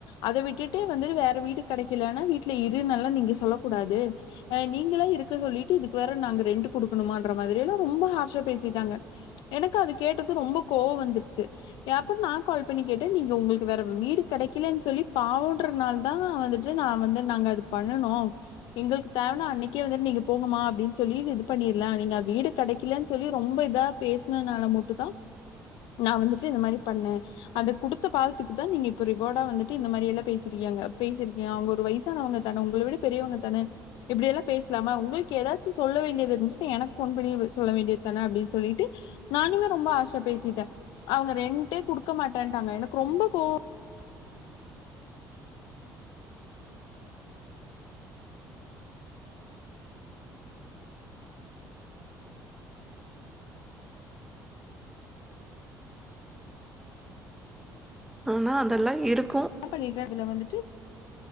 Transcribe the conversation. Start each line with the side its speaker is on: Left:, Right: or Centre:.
Left: அத விட்டுட்டு வந்து வேற வீடு கெடக்கலன்னா வீட்டுல இருன்னல்லா நீங்க சொல்லக் கூடாது நீங்கலா இருக்க சொல்லிட்டு இதுக்கு வேற நாங்க ரெண்ட் குடுக்கணுமான்ற மாரி எல்லா ரொம்ப ஹார்ஷா பேசிட்டாங்க எனக்கு அது கேட்டது ரொம்ப கோவ வந்துருச்சு ஏப்ப நான் கால் பண்ணி கேட்டே நீங்க உங்களுக்கு வேற வீ வீடு கிடைக்கலன் சொல்லி பாவன்றனால தா வந்துட்டு நா வந்து நாங்க அது பண்ணுணோ எங்களுக்கு தேவனா அன்னைக்கே வந்துட்டு நீங்க போங்கமா அப்படின் சொல்லி இது பண்ணிரலா நீங்க வீடு கெடைக்கலன்னு சொல்லி ரொம்ப இதா பேசினனால மொட்டு தா நா வந்துட்டு இந்த மாரி பண்ண அத குடுத்த பாவத்துக்கு தா நீங்க இப்போ ரிவாடா வந்துட்டு இந்த மாரி எல்லா பேசுறீய பேசிருக்கீங்க அவங்க ஒரு வயசானவங்க தான உங்கள விட பெரியவங்க தான இப்டியெல்லா பேசலாம உங்களுக்கு ஏதாச்சு சொல்ல வேண்டியது இருன்சுனா எனக்கு போன் பண்ணி சொல்ல வேண்டியது தான அப்டின்னு சொல்லிட்டு நானுமே ரொம்ப ஆர்ஷா பேசிட்ட அவங்க ரெண்டே குடுக்க மாட்டேன்ட்டாங்க எனக்கு ரொம்ப கோவ
Centre: <inaudible> ஆனா அதெல்லா இருக்
Left: பண்ணிட்டே அதுல வந்துட்டு